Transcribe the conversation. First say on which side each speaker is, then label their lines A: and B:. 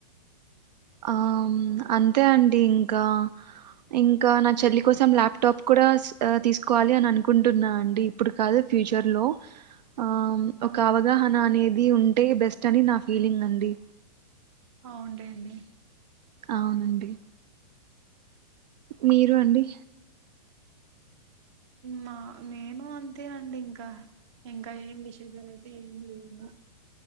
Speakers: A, on the right; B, on the right.
A: ఆ అంతే అండి ఇంకా ఇంకా నా చెల్లి కోసం ల్యాప్టాప్ కూడా తీసుకోవాలి అని అనుకుంటున్నా అండి ఇప్పుడు కాదు ఫ్యూచర్లో ఆ
B: ఆ
A: ఒక అవగాహన అనేది ఉంటే బెస్ అని నా ఫీలింగ్ అండి.
B: ఆ ఉండయండి.
A: అవునండి. మీరూ అండి.
B: మా నేను అంతేనండి ఇంకా ఇంకా ఏం విశేషాలు అయితే ఏం లేము.